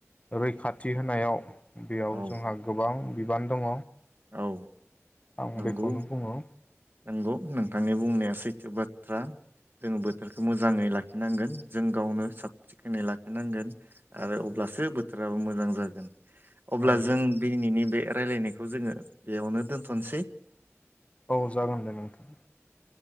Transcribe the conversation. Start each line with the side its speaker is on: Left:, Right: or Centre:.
Left: रैखाथि होनायाव बेयाव
Right: औ
Left: जोंहा गोबां बिबान दङ
Right: औ
Left: आं
Right: नंगौ
Left: बेखौनो बुङो
Right: नंगौ नोंथांनि बुंनाया सै थो बाथ्रा। जोङो बोथोरखौ मोजाङै लाखिनांगोन जों गावनो साब सिखोनै लाखिनांगोन आरो अब्लासो बोथोराबो मोजां जागोन। अब्ला
Left: औ
Right: जों दिनैनि बे रालायनाय खौ जोङो बेयावनो दोनथ'नसै।
Left: औ जागोन दे नोंथां।